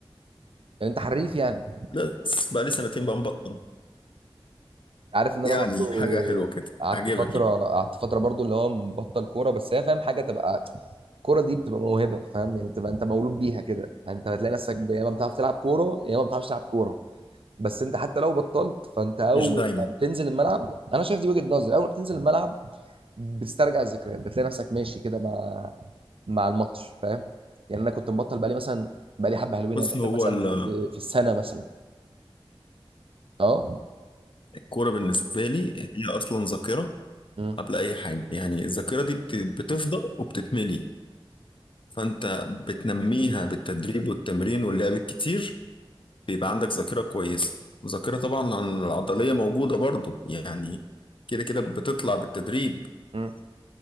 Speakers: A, on the right; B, on the left.
A: يعني انت حريف يعني
B: بس بقى لي سنتين بقى مبطل
A: عارف ان
B: يعني
A: انا برضو
B: حاجه حلوه كده
A: قعدت
B: عجبك
A: فتره
B: يعني
A: قعدت فتره برضو اللي هو مبطل كوره بس هي فاهم حاجه تبقى الكوره دي بتبقى موهبه فاهم يعني تبقى انت مولود بيها كده يعني انت هتلاقي نفسك ب- يا اما بتعرف تلعب كوره يا اما ما بتعرفش تلعب كوره بس انت حتى لو بطلت فانت اول
B: مش دايما
A: ما بتنزل الملعب انا شايف دي وجهه نظري اول ما بتنزل الملعب بتسترجع الذكريات بتلاقي نفسك ماشي كده مع مع الماتش فاهم يعني انا كنت مبطل بقالي مثلا بقالي حبه حلوين
B: بص
A: انا داخل
B: هو
A: مثلا
B: الكوره
A: في في السنه مثلا اه
B: الكوره بالنسبه لي هي اصلا ذاكره
A: امم
B: قبل اي حاجه يعني الذاكره دي بت- بتفضل وبتتملي فانت بتنميها بالتدريب والتمرين واللعب الكتير بيبقى عندك ذاكرة كويسة وذاكرة طبعا عن العضلية موجودة برضو يعني كده كده بتطلع بالتدريب
A: امم